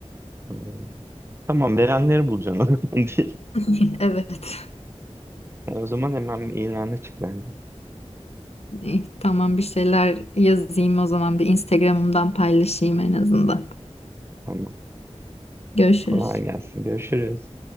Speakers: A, on the right; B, on the left.
A: Hmm. Tamam verenleri bulacaksın <laughs> o zaman değil.
B: <laughs> Evet.
A: Yani o zaman hemen bir ilana çık bence.
B: İyi, tamam bir şeyler yazayım o zaman bir Instagram'ımdan paylaşayım en azından.
A: Tamam
B: Görüşürüz.
A: kolay gelsin görüşürüz.